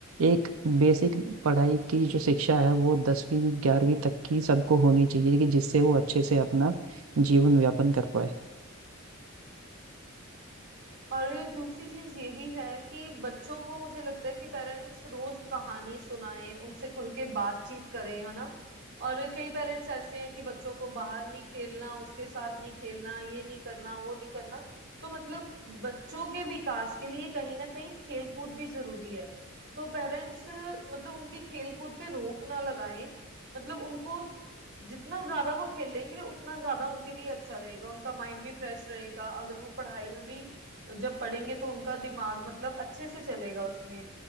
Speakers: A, on the right (about 85°); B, on the right (about 55°).
A: एक बेसिक पढ़ाई की जो शिक्षा है वो दसवीं ग्यारहवीं तक की सबको होनी चाहिए कि जिससे वो अच्छे से अपना जीवन यापन कर पाए
B: और ये दूसरी चीज ये भी है कि बच्चों को मुझे लगता है कि पेरेंट्स रोज कहानी सुनाएं उनसे खुल के बातचीत करें है ना और कई पेरेंट्स ऐसे हैं कि बच्चों को बाहर नहीं खेलना उसके साथ नहीं खेलना ये नहीं करना वो नहीं करना तो मतलब बच्चों के विकास के लिए कहीं ना कहीं खेलकूद भी जरूरी है तो पेरेंट्स मतलब उनकी खेलकूद पे रोक ना लगाएं मतलब उनको जितना ज्यादा वो खेलेंगे उतना ज्यादा उनके लिए अच्छा रहेगा उनका माइंड भी फ्रेश रहेगा अगर वो पढ़ाई में भी जब पढ़ेंगे तो उनका दिमाग मतलब अच्छे से चलेगा उसमें